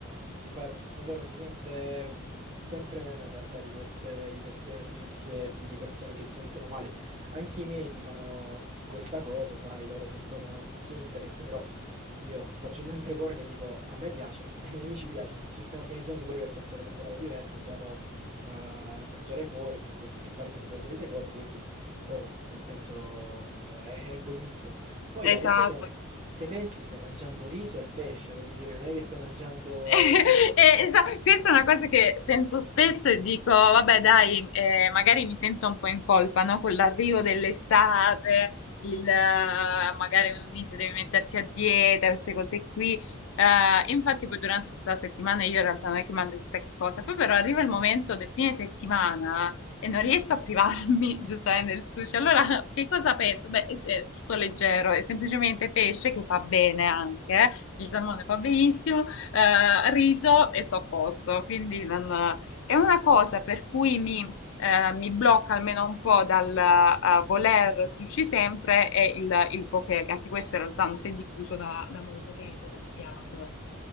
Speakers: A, on the right; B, on the left.
A: È vero, è vero, si sente sempre meno in realtà di queste, di queste notizie di, di persone che si sentono male. Anche i miei dicono questa cosa, sai, loro si informano un po' su internet, però io faccio sempre corna e dico a me piace, <laughs> ai miei amici piace, se ci stiamo organizzando pure per passare una serata diversa, andiamo a mangiare fuori piuttosto che fare sempre le solite cose, quindi oh, nel senso è, è buonissimo. Poi alla
B: Esatto.
A: fine... Se pensi stai mangiando riso e pesce, voglio dire, non è che stai mangiando
B: <laughs> Eh, esa- questa è una cosa che penso spesso e dico, vabbè, dai, eh, magari mi sento un po' in colpa, no? Con l'arrivo dell'estate, il, eh, magari uno dice devi metterti a dieta, queste cose qui. Eh, infatti poi durante tutta la settimana io in realtà non è che mangio chissà che cosa, poi però arriva il momento del fine settimana e non riesco a privarmi, <laughs> giustamente, del sushi. Allora, che cosa penso? Beh, è, è tutto leggero, è semplicemente pesce che fa bene anche, eh. Il salmone fa benissimo eh, riso e sto a posto. Quindi non- è una cosa per cui mi, eh, mi blocca almeno un po' dal eh, voler sushi sempre è il, il poke, che anche questo in realtà non si è diffuso da, da molto tempo come piatto.